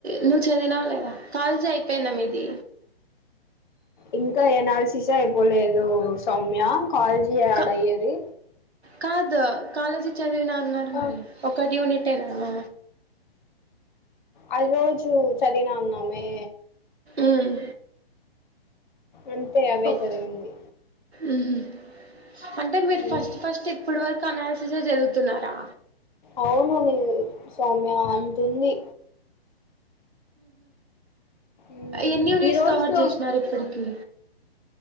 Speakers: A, on the right; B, on the left.
A: నువ్వు చదివినావ లేదా కాలేజ్ అయిపోయిందా మీది
B: ఇంకా ఎనల్సిస్ ఎ అయిపోలేదు సౌమ్య కాలేజ్ యాడ
A: కా
B: అయ్యేది
A: కాదు కాలేజీ చదివిన అన్నారు
B: ఆ,
A: మరి ఒక్క యూనిట్ ఎ నా
B: ఆది రోజు చదివినా అన్నమే
A: మ్మ్.
B: అంతే అవే
A: ఒక్
B: చదివింది
A: మ్హూ. అంటే మీరు
B: ఉమ్.
A: ఫస్ట్ ఫస్ట్ ఇప్పడు వరకు అనాలసిస్ ఎ చదువుతున్నారా
B: అవును నీ సౌమ్య అంతుంది మ్మ్.
A: ఎన్ని యూనిట్స్
B: ఈ రోజుతో
A: కవర్ చేసినారు ఇప్పటికి